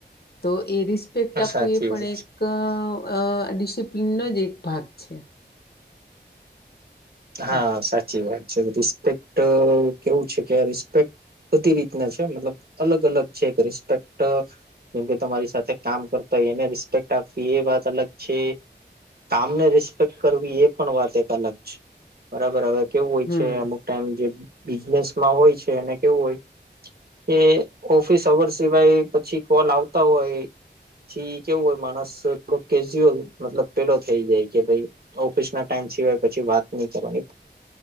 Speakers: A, on the left; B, on the right.
A: તો એ રિસ્પેક્ટ આપવું
B: સાચી
A: એ પણ
B: વાત છે.
A: એક અ ડિસિપ્લિનનો જ એક ભાગ છે.
B: હા,
A: હમ
B: સાચી વાત છે, રિસ્પેક્ટ કેવું છે, કે આ રિસ્પેક્ટ બધી રીતના છે, મતલબ અલગ-અલગ છે, રિસ્પેક્ટ જેમકે તમારી સાથે કામ કરતા એને રિસ્પેક્ટ આપવી એ વાત અલગ છે. કામને રિસ્પેક્ટ કરવી એ પણ વાત એક અલગ છે. બરાબર, હવે કેવું હોય
A: હમ
B: છે, અમુક ટાઈમ જે બિઝનેસમાં હોય છે, અને કેવું હોય કે ઓફિસ હર્વસ સિવાય પછી કોલ આવતા હોય પછી કેવું હોય માણસ થોડો કેજ્યુઅલ મતલબ પેલો થઈ જાય કે ભાઈ ઓફિસના ટાઈમ સિવાય પછી વાત નહી કરવાની.